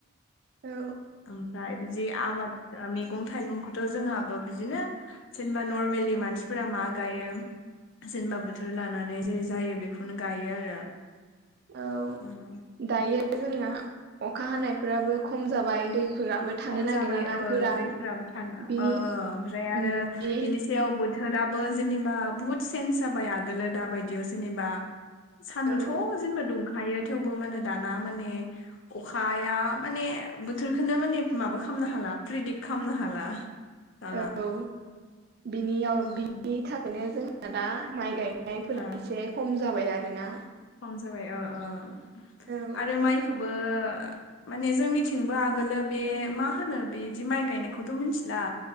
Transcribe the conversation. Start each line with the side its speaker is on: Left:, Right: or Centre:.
Right: औ
Left: ओमफाय बिदि आबाद ओ मेगं थाइगंखोथ' जोंहाबो बिदिनो जेनबा नर्मेलि मानसिफोरा मा गायो जेनेबा बोथोर लानानै जे जायो बेखौनो गायो आरो
Right: औ
Left: ओम
Right: दायो जोङो अखा हानायफोराबो खम जाबाय दैफोराबो थानो
Left: खम जाबाय
Right: नागिराना
Left: ओ
Right: गोरान
Left: दैफोराबो थानो
Right: बिनि
Left: ओमफ्राय आरो
Right: उम बे
Left: बिनि सायाव बो थोराबो जेनेबा बुहुत सेन्स जाबाय आगोलो दाबायदियाव जेनेबा सान्दुथ'
Right: औ
Left: जेनेबा दुं खायो थेवबो माने दाना माने अखाया माने बोथोरखोनो माने माबा खालामनो हाला प्रेदिक्ट खालामनो हाला दाना।
Right: औ बिनियाव
Left: उम
Right: बिनि थाखायनो जोंहा दा माइ गायनाय
Left: ओ।
Right: से खम जाबाय आरोना।
Left: खम जाबाय ओ ओ
Right: औ
Left: आरो माइखोबो माने जोंनिथिंबो आगोलो बे मा होनो बिदि माइ गायनायखौथ' मिथिला।